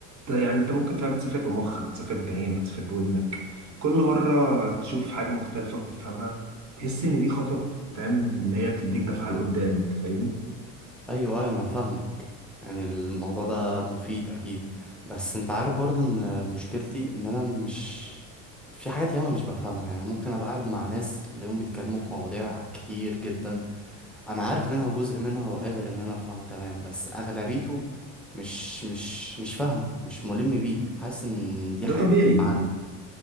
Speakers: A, on the right; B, in the centre.
A: ده يعني انت ممكن فاهم تسافر بمخك تسافر بعينك تسافر بودنك كل مرة تشوف حاجة مختلفة وتفهمها تحس ان دي خطوة فاهم اللي هي بتديك دفعة لقدام انت فاهمني
B: ايوه ايوه انا فاهمك يعني الموضوع ده مفيد اكيد بس انت عارف برضه ان مشكلتي ان انا مش في حاجات ياما مش بفهمها يعني ممكن ابقى قاعد مع ناس اليوم بيتكلموا في مواضيع كتير جدا انا عارف منها جزء منها وقادر ان انا افهمه تمام بس اغلبيته مش مش مش فاهمه مش ملم بيه حاسس ان دي
A: ده
B: حاجة
A: طبيعي
B: غريبة عني